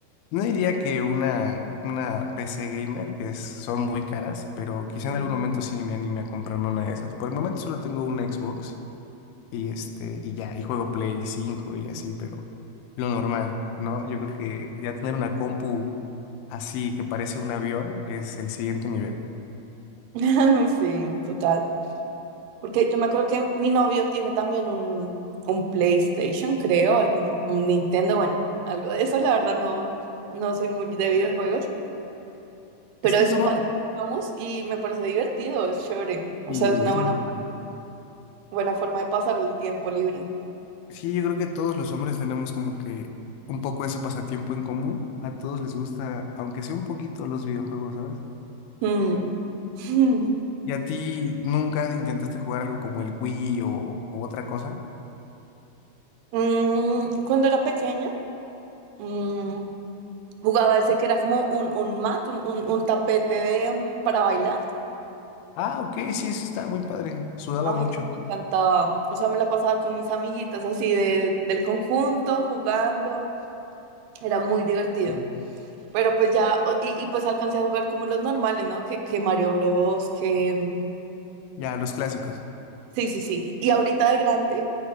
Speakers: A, on the left; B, on the right.
A: no diría que una, una PC gamer, que es- son muy caras, pero quizá
B: Mm.
A: en algún momento sí me anime a comprarme una de esas. Por el momento solo tengo una Xbox. y este, y ya, y juego Play 5 y así, pero lo normal, ¿no? Yo creo que ya tener una compu así que parece un avión es el siguiente nivel.
B: <laughs> Sí, total. Porque yo me acuerdo que mi novio tiene también un, un PlayStation, creo, algún un Nintendo, bueno, algo de eso. La verdad no, no soy muy de videojuegos, pero
A: Es que
B: de vez
A: somos,
B: en cuando jugamos y me parece divertido, es chévere. O
A: y
B: sea, es una
A: es
B: buena,
A: muy,
B: buena forma de pasar el tiempo libre.
A: sí, yo creo que todos los hombres tenemos como que un poco ese pasatiempo en común. A todos les gusta, aunque sea un poquito, los videojuegos, ¿sabes?
B: Mm. <laughs>
A: ¿Y a ti nunca intentaste jugar algo como el Wii o, o otra cosa?
B: Mm, Cuando era pequeña, mm, jugaba ese que era como un, un mat, un, un- un tapete de, mm, para bailar.
A: Ah, ok, sí, eso estaba muy padre. Sudaba
B: Ay,
A: mucho.
B: me encantaba. O sea, me la pasaba con mis amiguitas así de, del conjunto, jugando. Era muy divertido.
A: Sí.
B: Pero pues ya, o- y, y pues alcancé a jugar como los normales, ¿no? Que, que Mario Bros, que... mm,
A: Ya, los clásicos.
B: Sí, sí, sí. Y ahorita de grande,